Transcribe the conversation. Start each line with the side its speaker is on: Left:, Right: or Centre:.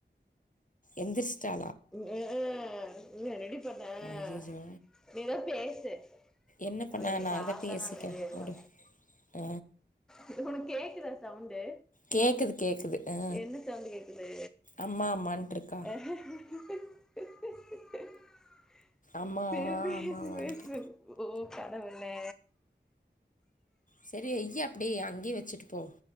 Left: எந்திரிச்ச்டா
Centre: உ ஆ ஆ இன்ன நெடிப்பு <unintelligible> வேன
Left: ஐயோ
Centre: நீதா பேச ச்சு
Left: என்ன
Centre: அவ
Left: பண்ண
Centre: என்னய
Left: நான்
Centre: பாத்தானா
Left: இதை பேசிக்கிறேன்
Centre: அமைதிஆய்ருவா
Left: ஒரு ஆ
Centre: இது ஒனக்கு கேக்குதா சவுண்டு
Left: கேட்குது கேட்குது ஆ
Centre: என்ன சவுண்ட்டு கேக்குது
Left: அம்மா அம்மான்ட்டு இருக்கா
Centre: அஹ ஹ <inaudible>
Left: அம்மா
Centre: சேரி
Left: அம்மாவான்ட்டு
Centre: பேசு ஓ கனவ ல்ல
Left: சேரி ஐயா அப்டியே அங்கேயே வச்சுட்டு போ